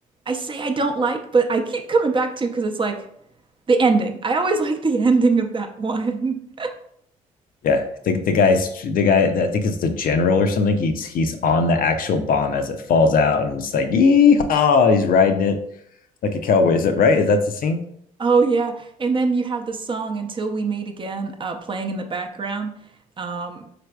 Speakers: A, on the right; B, on the left.
A: I say I don't like, but I keep coming back to because it's like the ending. I always <laughs> like the ending of that one. <laughs>
B: Yeah, the the guy's the guy. that I think is the general or something. He's he's on the actual bomb as it falls out, and it's like yeehaw! He's riding it like a cowboy. Is that right? Is that the scene?
A: Oh yeah, and then you have the song "Until We Meet Again" uh, playing in the background, um,